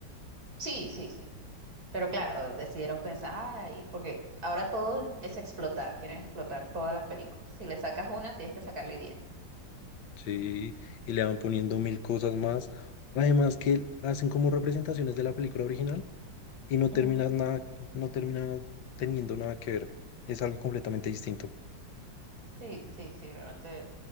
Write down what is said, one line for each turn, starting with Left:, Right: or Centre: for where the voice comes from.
Right: Sí, sí, sí. Pero claro, decidieron pensar, ay, porque ahora todo es explotar, quieren explotar todas las películas. Si le sacas una, tienes que sacarle diez.
Left: Sí, y le van poniendo mil cosas más. Además que hacen como representaciones de la película original y no
Right: Ujú.
Left: termina nada, no termina teniendo nada que ver. Es algo completamente distinto.
Right: Sí, sí, sí, realmente.